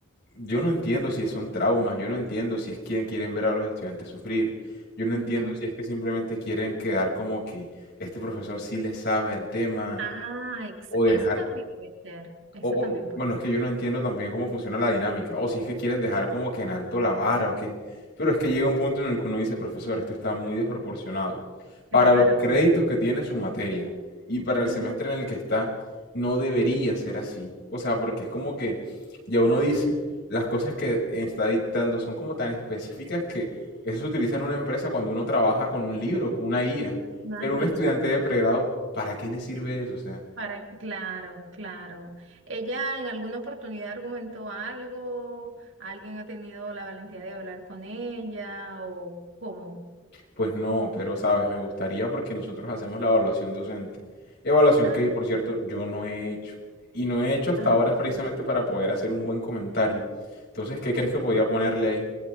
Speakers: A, on the left; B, on the right.
A: yo no entiendo si son traumas, yo no entiendo si es quien quieren ver a los estudiantes sufrir, yo no
B: Ujú.
A: entiendo si es que simplemente quieren quedar como que este profesor sí le sabe al tema,
B: Ah, ex-
A: o
B: esa
A: dejar,
B: también puede ser, esa
A: O, o-
B: también puede
A: bueno,
B: ser.
A: es que yo no entiendo también cómo funciona la dinámica, o si es que quieren dejar como que en alto la vara o qué. Pero es que llega un punto en el que uno dice, profesor, esto está muy desproporcionado. Para
B: Claro.
A: los créditos que tiene su materia y para el
B: Ujú,
A: semestre en el que está, no debería ser así. O sea, porque es como que ya uno dice, las cosas que está dictando son como tan específicas que eso se utiliza en una empresa cuando uno trabaja con un libro, con una guía.
B: Imagínate.
A: Pero un estudiante de pregrado, ¿para qué le sirve eso? O sea,
B: Para, claro, claro. ¿Ella en alguna oportunidad argumentó algo? ¿Alguien ha tenido la valentía de hablar con ella? ¿O cómo?
A: Pues no, pero sabes, me gustaría porque nosotros hacemos la evaluación docente. Evaluación
B: Ah,
A: que, por cierto, yo no he hecho. Y no he hecho hasta
B: ah,
A: ahora precisamente
B: mm,
A: para poder hacer un buen comentario. Entonces, ¿qué crees
B: ok.
A: que podía ponerle ahí?